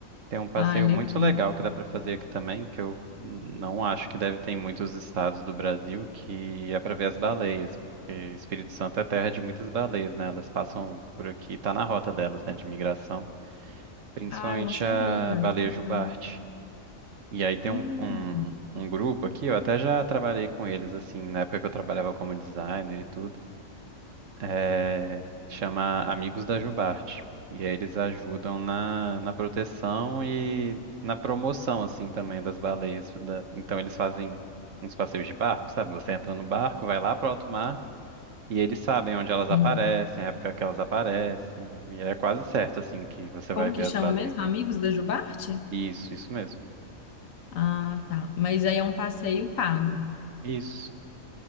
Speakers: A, on the right (about 65°); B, on the left (about 70°).
A: tem um passeio
B: Ah, é legal.
A: muito legal que dá pra fazer aqui também, que eu não acho que deve ter em muitos estados do Brasil, que é pra ver as baleias, porque Espírito Santo é terra de muitas baleias, né? Elas passam por aqui, tá na rota delas, né, de migração, principalmente
B: Ah, eu não sabia.
A: a baleia jubarte.
B: Legal.
A: E aí tem
B: Hum,
A: um, um, um grupo aqui, eu até já trabalhei com eles, assim, na época que eu trabalhava como designer e tudo. É, chama Amigos da Jubarte. E aí eles ajudam na, na proteção e na promoção, assim, também das baleias. da- Então eles fazem uns passeios de barco, sabe? Você entra no barco, vai lá pro alto mar e eles sabem onde elas
B: entendi.
A: aparecem, a época que elas aparecem. E é quase certo, assim, que você vai
B: Como
A: ver
B: que
A: as
B: chama
A: baleias.
B: mesmo? Amigos da Jubarte?
A: Isso, isso mesmo.
B: Ah, tá. Mas aí é um passeio pago.
A: Isso.